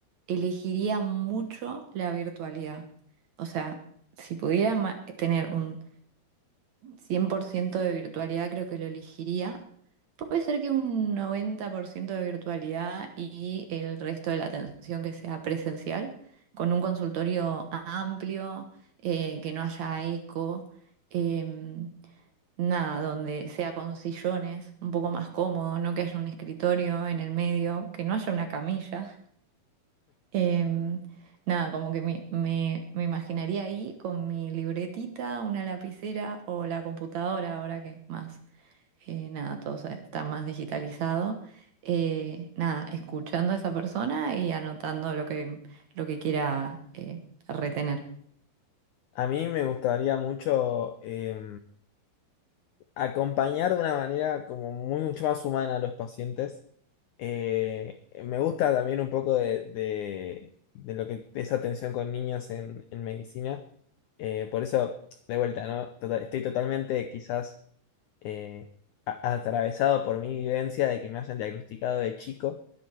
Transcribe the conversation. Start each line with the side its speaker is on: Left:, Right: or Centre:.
Right: elegiría mucho la virtualidad. O sea, si pudiera ma- tener un 100% de virtualidad creo que lo elegiría. Puede ser que un 90% de virtualidad y el resto de la atención que sea presencial, con un consultorio amplio, eh, que no haya eco, em, nada, donde sea con sillones, un poco más cómodo, no que haya un escritorio en el medio, que no haya una camilla. Em, nada, como que me, me, me imaginaría ahí con mi libretita, una lapicera o la computadora, ahora que más, eh, nada, todo se- está más digitalizado. Eh, nada, escuchando a esa persona y anotando lo que, lo que quiera eh, retener.
Left: A mí me gustaría mucho eh, acompañar de una manera como muy- mucho más humana a los pacientes. Eh, me gusta también un poco de, de, de lo que es atención con niños en, en medicina. Eh, por eso, de vuelta, ¿no? Tota- estoy totalmente quizás eh, a- atravesado por mi vivencia de que me hayan diagnosticado de chico,